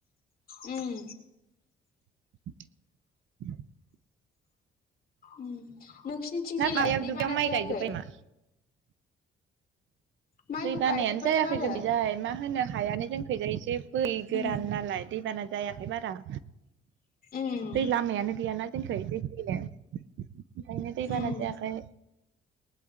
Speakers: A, on the left; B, on the right.
A: उम
B: <inaudible>
A: उम नोंसोरनिथिं
B: ना
A: जायलाय
B: माबायाव दुब्लियाव
A: दैबाना
B: माइ
A: जायाखै?
B: गायजोब्बाय मा
A: माइखौ
B: दै बानायानो
A: गायजोब्बायथ'
B: जायाखै
A: आरो
B: जोंनिखैजाय मा होनो मा होनो हायानो जोंखैजाय एसे बै गोरान
A: उम
B: नालाय। दैबाना जायाखै बारा
A: उम
B: दै लामायानो गैयाना जोंखै दै फैनो ओंखायनो दै बाना
A: उम
B: जायाखै